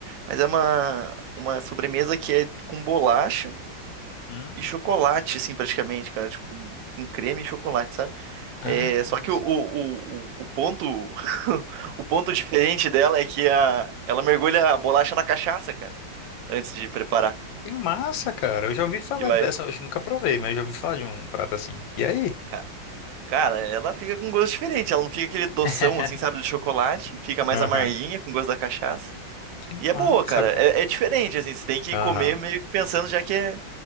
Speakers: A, on the right (about 75°); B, on the left (about 80°).
A: Mas é uma, uma sobremesa que é com bolacha
B: Hum.
A: e chocolate, assim, praticamente, cara. Tipo, com, com creme e chocolate, sabe?
B: Ah,
A: É,
B: que
A: só
B: massa.
A: que o, o, o, o ponto <laughs> o ponto diferente dela é que a, ela mergulha a bolacha na cachaça, cara, antes de preparar.
B: Que massa, cara. Eu já ouvi falar
A: E vai.
B: dessa, eu acho que nunca provei, mas eu já ouvi falar de um prato assim. E aí?
A: ca- Cara, ela fica com gosto diferente. Ela não fica aquele doção,
B: <laughs>
A: assim, sabe, do chocolate. Fica mais
B: Aham.
A: amarguinha, com gosto da cachaça.
B: Que
A: E é
B: massa,
A: boa, cara.
B: pô.
A: É, é diferente, assim. Você tem que
B: Aham.
A: comer meio que pensando já que é,